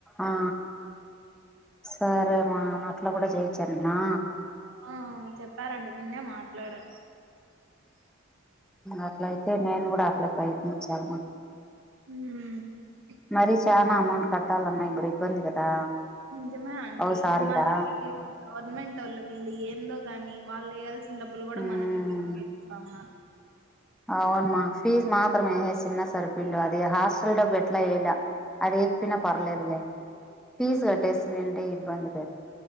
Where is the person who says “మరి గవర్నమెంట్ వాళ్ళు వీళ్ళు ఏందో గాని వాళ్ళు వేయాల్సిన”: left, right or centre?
Right